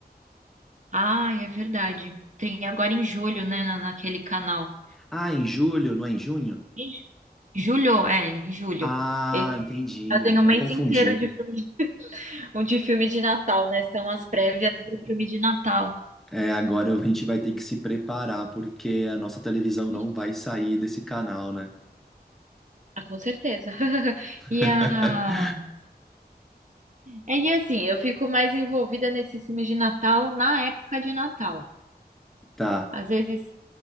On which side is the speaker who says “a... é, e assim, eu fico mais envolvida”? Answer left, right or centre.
Right